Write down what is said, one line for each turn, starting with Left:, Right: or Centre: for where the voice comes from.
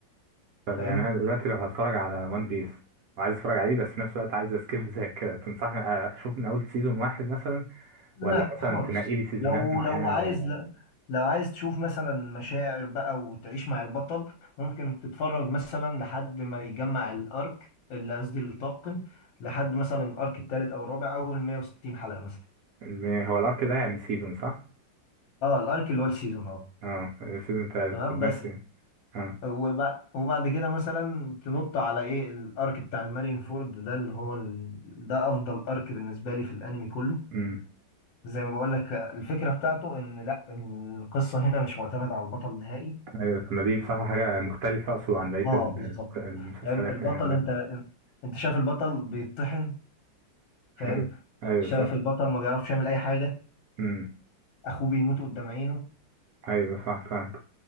Right: طب
Left: فاهم
Right: يعني انا دلوقتي لو هتفرج على وان بيس وعايز اتفرج عليه بس في نفس الوقت عايز اسكيب <laughs> زي كده تنصحني اشوف من اول سيزون واحد مثلا
Left: لا
Right: ولا مثلا
Left: خالص
Right: تنقي لي سيزونات
Left: لو
Right: معينه
Left: لو عايز
Right: ولا
Left: لا لو عايز تشوف مثلا مشاعر بقى وتعيش مع البطل ممكن تتفرج مثلا لحد ما يجمع الارك اللي قصدي الطاقم لحد مثلا الارك الثالث او الرابع اول 160 حلقة مثلا
Right: الم- هو الارك ده يعني سيزون صح؟
Left: اه الارك اللي هو السيزون اه
Right: اه سيزون تلاتة
Left: تمام
Right: طب ماشي
Left: بس
Right: اه
Left: وبعد وبعد كده مثلا تنط على ايه الارك بتاع المارين فورد ده اللي هو ال... ده افضل ارك بالنسبة لي في الانمي كله
Right: امم
Left: زي ما بقول لك الفكره بتاعته ان لا القصه هنا مش معتمده على البطل نهائي
Right: ايوه طب ما دي بصراحه حاجه مختلفه اقصد عن بقيه
Left: اه
Right: ال-
Left: بالظبط
Right: المسلسلات
Left: فاهم البطل
Right: يعني اللي
Left: انت
Right: أنا-
Left: انت شايف البطل بيتطحن
Right: <laughs>
Left: فاهم
Right: ايوه ايوه
Left: شايف
Right: صح
Left: البطل ما بيعرفش يعمل اي حاجه
Right: امم
Left: اخوه بيموت قدام عينه
Right: ايوه صح فاهم